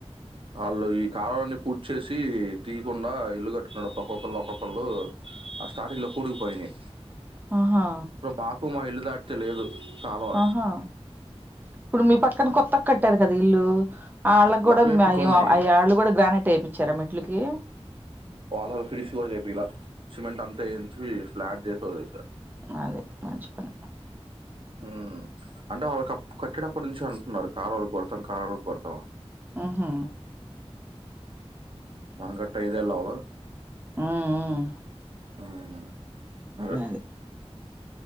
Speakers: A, on the right; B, on the right.
A: వాళ్ళు ఈ కాలావన్ని పూర్చేసి తీయకుండా ఇల్లు కట్టుకున్నారుడు ఒక్కొక్కళ్ళు ఒక్కొక్కళ్ళు ఆ స్టార్టింగ్ లో కూడికిపోయినాయి
B: ఆహా
A: ఇప్పుడు మాకు మా ఇల్లు దాటితే లేదు కాలువ
B: ఆహా ఇప్పుడు మీ పక్కన కొత్తగా కట్టారు కదా ఇల్లు ఆళ్ళకూడా
A: అటువైపుకి
B: అ
A: ఉన్నాయి.
B: ఆళ్ళు కూడా గ్రానైట్ ఏపిచారా మెట్లకి
A: వాళ్ళ ఫినిష్ కూడా చేపీల సిమెంట్ అంతా ఎంచి ఫ్లాట్ చేసి వదిలేశారు
B: అదే మంచి పని
A: హ్మ్ అంటే వాళ్ళకి కట్డడప్పుడు నుంచి అంటున్నారు కలవాలకి కొడతాం కాల వాళ్కు కొడతంని
B: ఆహా
A: మనకట్ట ఐదుయేలు అవలె
B: హ్మ్ హ్మ
A: హ్మ్ అదే
B: అది